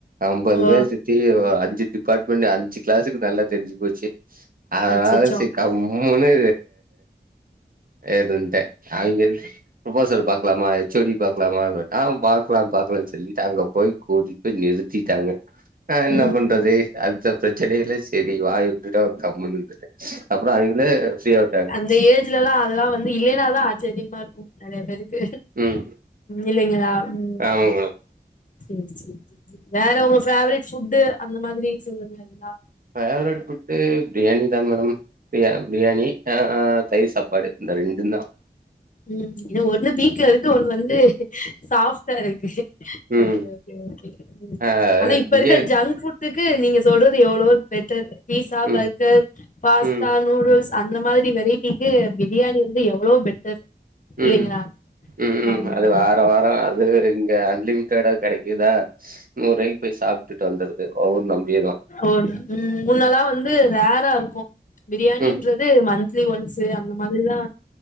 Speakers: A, on the right; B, on the left.
A: ஐம்பது
B: ஓ!
A: பேர் சுத் தி அஞ்சு டிபார்ட்மெண்ட் அஞ்சு க்ளாஸுக்கு நல்லா தெரிஞ்சு போச்சு அதனால
B: அச்சச்சோ!
A: சேரி கம் ம்முனு ஏதுட்டே அவங்க ப்ரொபசல் பாக்கலாமா ஹச் ஓ டி பாக்கலாமா ஆன் பாக்கலாம் பாக்கலான் சொல்லிட்டு அங்க போய் கூட்டிட் போய் நிறுத் திட்டாங்க ஆ என்ன
B: ம்
A: பண்றது அடுத்த ப்ரச்சனைல்ல சரி வாய் உட்டுடோம் கம்முன்னு இருந்துட்டன் அப்புறம் அவங்ளே ஃப்ரீயா விட்டாங்க
B: இந்த ஏஜ்ல எல்லாம் அதெல்லா வந்து இல்லலைன்னா தா ஆச்சரியமா இருக்கும் நெறைய பேருக்கு
A: ம்
B: இல்லைங்களா ம்
A: ஆமா மேடம்
B: சேர் சேர் சேர் சேர் வேற உங்க ஃபேவரெட் ஃபுட்டு அந்த மாதுரி சொல்றது எல்லா
A: ஃபேவரெட் ஃபுட்டு ப்ரியாணிங்தா மேடம் ப்ரியா ப்ரியாணி ஆ அ தயிர் சாப்பாடு இந்த ரெண்டு தா
B: ம் ஒன்னு வீட்ல இருக்கு ஒண்ணு வந்து ஷாஃப்டா இருக்கு
A: ம்
B: ஒகே ஒகே ஒகே
A: ஆ
B: ஆனா இப்ப
A: பிரியா
B: இருக்க ஜங்க் ஃபுட் க்கு நீங்க சொல்றது எவ்ளோவோ பெட்டர் பீஸா
A: ம்
B: பர்கர் பாஸ்தா
A: ம்
B: நூடுல்ஸ் அந்த மாரி வெரைட்டிக்கு பிரியாணி வந்து எவ்ளோவோ பெட்டர் இல்லைங்களா
A: ம் ம் ம்
B: ஆமா
A: அது
B: ஆமா
A: வாரோ வாரோ அது வேரு இங்க அன்லிமிட்டடா கெடைக்குதா நூறுவாய்க்கு போய் சாப்ட்டுட்டு வந்துறது வவுரு நம்பிரு
B: ஒ ம் முன்னல்லா வந்து ரேராருக்கு பிரியாணின்றது
A: ம்
B: மந் த்லி ஒன்சு அந்த மாதிரிதா